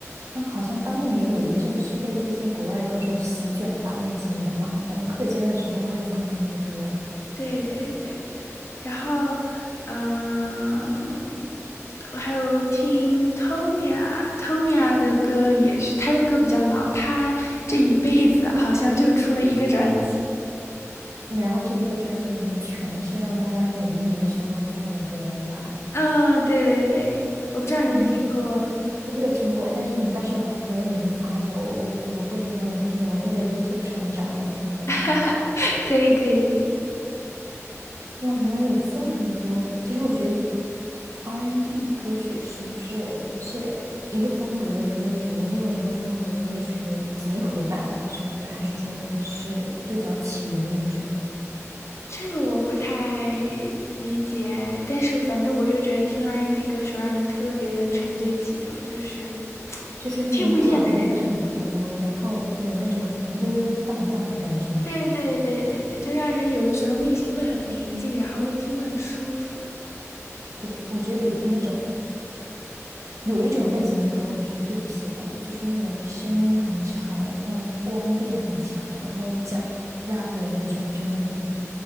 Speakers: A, on the right (about 75°); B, on the left (about 55°).
A: 当好像当年有一阵是被这些国外歌手席卷的吧，那几年的榜单，课间的时候会放他们的歌，哎，
B: 对对对。然后，嗯，我还有听 Tonya，Tonya 的歌也是，他的歌比较老，他这一辈子好像就出了一个专辑。
A: 然后这一个专辑里面全是让大家每一年循环播放的歌，是吧？
B: 嗯，对对对，我不知道你有没有听过，
A: 天呐，我没有听过，但是你到时候把歌名发给我，我我会去慢慢听的，我会在 YouTube 上面找来听的。
B: <laughs> 哈哈，可以可以可以，
A: 哇，原来有这么多。其实我觉得 R&B N 歌曲是不是是一个风格的歌曲跟另外一个风格的歌曲的结合版吧？是不是？还是说它是最早起源于什么？
B: 这个我不太理解，但是反正我就觉得听 R&B n 歌手让人特别的沉醉其中，就是
A: 就是那种转音很多，
B: 听不厌的感觉。
A: 然后有那种悠悠荡荡的感觉，
B: 对对对对对，
A: 是不是？
B: 就让人有的时候内心会很平静，然后会听得很舒服。
A: 对，我觉得比听那种有一种类型的歌，我是最不喜欢的，就是那种声音很吵，然后光电很强，然后讲 rap 的那种。救命啊！